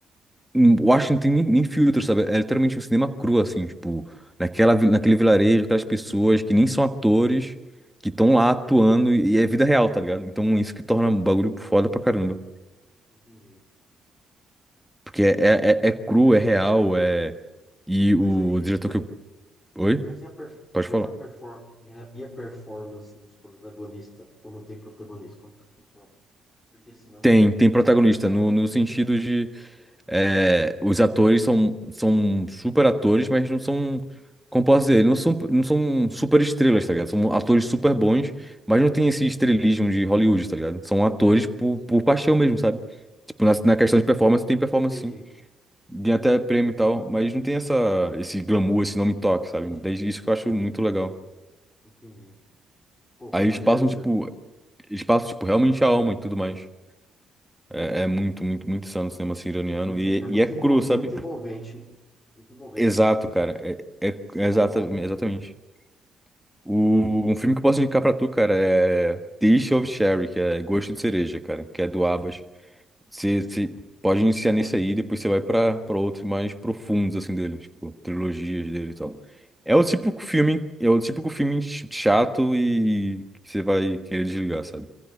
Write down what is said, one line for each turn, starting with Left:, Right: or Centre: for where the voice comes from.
Centre: Hum, Eu tem nem, nem filtro, sabe? É literalmente um cinema cru, assim, tipo, naquela, vi- naquele vilarejo, aquelas pessoas que nem são atores, que estão lá
Left: Caramba.
Centre: atuando e, e é vida real, tá ligado? Então isso que torna o bagulho foda pra caramba.
Left: Entendi.
Centre: Porque é, é,
Left: Cara.
Centre: é é cru, é real, é. E
Left: Mas
Centre: o
Left: aí.
Centre: diretor que eu. Oi?
Left: Mas e a, perf-
Centre: Pode
Left: mas
Centre: falar.
Left: e a, perfor- e a- e a performance dos protagonistas quando tem protagonista? Como que funciona? Porque senão,
Centre: Tem, tem
Left: se o
Centre: protagonista,
Left: cara.
Centre: no, no sentido É, os atores são, são super atores, mas não são, como posso dizer, não são, não são super estrelas, tá ligado? São atores super bons, mas não tem esse estrelismo de Hollywood, tá ligado? São atores por,
Left: Assim,
Centre: por paixão mesmo, sabe? Tipo, na, na questão de performance, tem performance
Left: entendi,
Centre: sim. Ganha até prêmio e tal, mas não tem essa, esse glamour, esse nome toque,
Left: entendi,
Centre: sabe? Desde isso que eu acho muito legal.
Left: entendi. Pô,
Centre: Aí
Left: maneiro,
Centre: eles passam, tipo,
Left: cara.
Centre: eles passam, tipo, realmente a alma e tudo mais. É, é muito, muito, muito insano o cinema assim, iraniano.
Left: É muito,
Centre: E,
Left: en- é muito,
Centre: e é cru,
Left: envol-
Centre: sabe?
Left: muito envolvente. Muito envolvente,
Centre: Exato,
Left: assim, você se,
Centre: cara. É, é-
Left: se
Centre: é
Left: comove.
Centre: exata- exatamente. O, um filme que eu posso indicar pra tu, cara, é Taste of Cherry, que é Gosto de Cereja, cara, que é do Abas. Você você pode iniciar nesse aí, depois você vai pra pra outros mais profundos, assim, dele, tipo, trilogias dele e tal. É o típico filme, é o típico filme ch- chato e que você vai querer desligar, sabe?